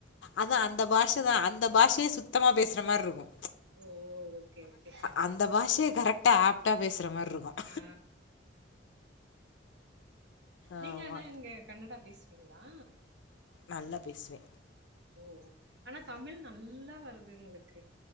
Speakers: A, on the left (about 70°); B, on the right (about 65°).
A: அதா அந்த பாஷ தா அந்த பாஷயே சுத்தமா பேசுற மார்ருக்கும்
B: ஓ ஓகே ஓகே
A: அந்த பாஷைய கரெக்டா ஆப்டா பேசுற மாரி இருக்கும்
B: ஆ ஆ
A: ஆமா
B: நீங்க ஆனா இங்க கன்னடா பேஸ்வீங்ளா
A: நல்லா பேசுவே
B: ஓ ஆனா தமிழ் நல்லா வருது உங்ளுக்கு